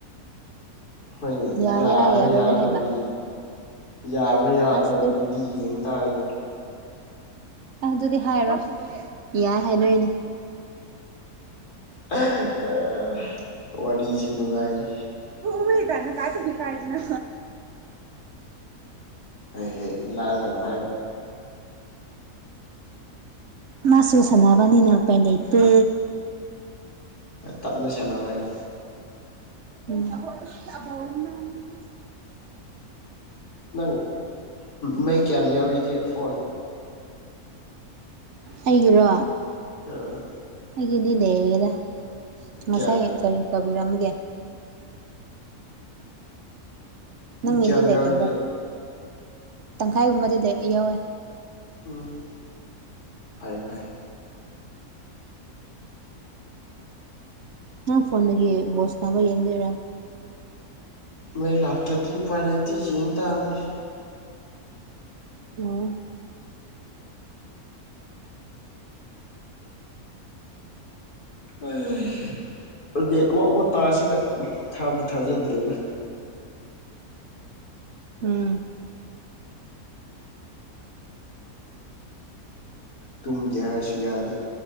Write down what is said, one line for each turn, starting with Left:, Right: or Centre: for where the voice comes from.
Left: ꯍꯣꯏꯅꯦ
Right: ꯌꯥꯒꯦꯔꯥ
Left: ꯌꯥꯕ꯭ꯔꯥ
Right: ꯌꯥꯔꯣꯏꯔꯥ
Left: ꯌꯥꯗꯕ꯭ꯔꯥ
Right: ꯍꯥꯏꯕ
Left: ꯌꯥꯕ꯭ꯔꯥ ꯌꯥꯗꯕ꯭ꯔꯗꯨꯗꯤ
Right: ꯑꯁ ꯑꯗꯨꯗꯤ
Left: ꯌꯦꯡ ꯇꯥꯔꯦꯗꯅ
Right: ꯑ ꯑꯗꯨꯗꯤ ꯍꯥꯏꯔꯣꯏ ꯌꯥꯏ ꯍꯥꯏꯗꯣꯏꯅꯤ
Left: ꯑ ꯋꯥꯔꯤꯁꯦ ꯅꯨꯡꯉꯥꯏꯔꯤ
Right: ꯎ ꯃꯤ ꯇꯅ ꯀꯥꯏ ꯇꯨꯃꯤ ꯀꯥꯏꯖꯅ
Left: ꯍꯦ ꯍꯦ ꯂꯥꯡꯒꯅꯨ ꯍꯥꯏꯌꯨ
Right: ꯃꯥꯁꯨ ꯁꯥꯟꯅꯕꯅꯤꯅ ꯎꯄꯥꯏ ꯂꯩꯇꯦ
Left: ꯇꯞꯅ ꯁꯥꯟꯅꯧ ꯍꯥꯏꯌꯣ
Right: ꯎꯝ
Left: ꯅꯪ ꯃꯩ ꯀꯌꯥꯝ ꯌꯥꯎꯔꯤꯒꯦ ꯐꯣꯟ
Right: ꯑꯩꯒꯤꯔꯣ
Left: ꯎꯝ
Right: ꯑꯩꯒꯤꯗꯤ ꯂꯩꯔꯦꯗ ꯉꯁꯥꯏ
Left: ꯀꯌꯥ
Right: ꯆꯥꯔꯖꯤꯡ ꯇꯧꯕꯤꯔꯝꯕꯒꯤ ꯅꯪꯒꯤꯗꯤ
Left: ꯀꯌꯥꯝ
Right: ꯂꯩꯇꯕ꯭ꯔ
Left: ꯌꯥꯎꯔꯤꯒꯦ
Right: ꯇꯪꯈꯥꯏꯒꯨꯝꯕꯗꯤ ꯌꯧꯋꯦ
Left: ꯎꯝ ꯐꯩ ꯐꯩ
Right: ꯅꯪ ꯐꯣꯟꯗꯒꯤ ꯕꯣꯜ ꯁꯥꯅꯕ ꯌꯦꯡꯗꯣꯏꯔꯥ
Left: ꯃꯩ ꯂꯥꯛꯇ꯭ꯔꯗꯤ ꯎꯄꯥꯏ ꯂꯩꯇꯦ ꯌꯦꯡ ꯇꯥꯕꯅꯤ
Right: ꯑꯣ
Left: ꯍꯩ ꯅꯦꯠꯋꯥꯔꯛ ꯃꯇꯥꯁꯤꯒ ꯊꯥꯕꯨ ꯊꯥꯖꯗ꯭ꯔꯦꯗ
Right: ꯎꯝ
Left: ꯇꯨꯝꯒꯦ ꯍꯥꯏꯔꯁꯨ ꯌꯥꯗꯦ